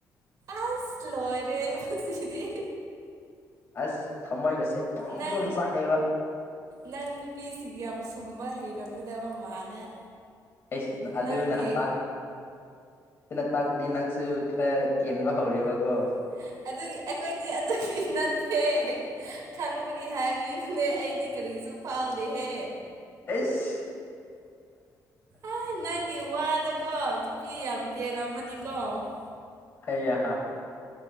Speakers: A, on the right (about 60°); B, on the left (about 35°).
A: ꯑꯁ ꯂꯔꯦ ꯃꯁꯤꯗꯤ
B: ꯑꯁ ꯊꯃꯣꯏꯒꯁꯦ ꯄꯨꯔꯨꯝ
A: ꯅꯪ
B: ꯄꯨꯔꯨꯝ ꯆꯥꯛꯑꯦꯕ
A: ꯅꯪ ꯅꯨꯄꯤꯁꯤꯒꯤ ꯌꯥꯝ ꯁꯨꯝꯕ ꯍꯩꯔꯝꯒꯗꯕ ꯃꯥꯜꯂꯦ
B: ꯑꯩꯁ ꯑꯗꯨ
A: ꯅꯪꯒꯤ
B: ꯅꯍꯥꯛ ꯑꯗꯨꯅ ꯇꯥꯛꯄꯗꯤ ꯅꯪꯁꯨ ꯈꯔ ꯀꯦꯟꯕ ꯍꯧꯔꯦꯕꯀꯣ
A: ꯎ <unintelligible> <inaudible> ꯑꯗꯨꯒꯤ ꯑꯩꯈꯣꯏꯗꯤ ꯑꯗꯨꯒꯤ ꯅꯠꯇꯦ ꯈꯪꯕꯒꯤ ꯍꯥꯏꯕꯤꯕꯅꯦ ꯑꯩꯗꯤ ꯀꯔꯤꯁꯨ ꯐꯥꯎꯗꯦꯍꯦ
B: ꯑꯦꯁ
A: ꯑꯩ ꯅꯪꯒꯤ ꯋꯥꯗꯀꯣ ꯅꯨꯄꯤ ꯌꯥꯝ ꯀꯦꯜꯂꯝꯝꯃꯅꯤꯣ ꯠꯇꯣ <unintelligible> <inaudible>
B: ꯍꯌꯦ ꯍ